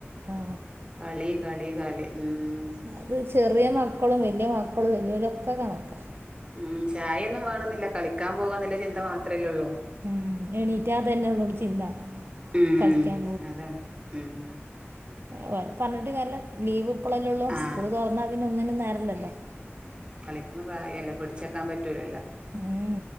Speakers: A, on the right; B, on the right.
A: ആ
B: കളി കളി കളി ഉം.
A: ഇത് ചെറിയ മക്കളും വലിയ മക്കളും വല്ല്യോലൊക്കെ കണക്കാ.
B: ഉം ചായൊന്നും വേണെന്നില്ല കളിക്കാൻ പോകാന്നില്ല ചിന്ത മാത്രല്ലേള്ളൂ.
A: ഉം എണീറ്റാ അതെന്നെള്ളു ചിന്ത.
B: ഉം
A: കളിക്കാൻ
B: അതാണ് ഉം.
A: ഏഹ് ഓലെ പർഞ്ഞിട്ടു കാര്യല്ല ലീവ് ഇപ്പളല്ലേ ഉള്ളൂ
B: ആഹ്
A: സ്കൂള് തൊർന്നാ പിന്നെ ഒന്നിനും നേരല്ല്യല്ലോ.
B: കളിക്ക്ണ പ്രായല്ലേ പിടിച്ചെക്കാൻ പറ്റൂലല്ലോ.
A: ഉം.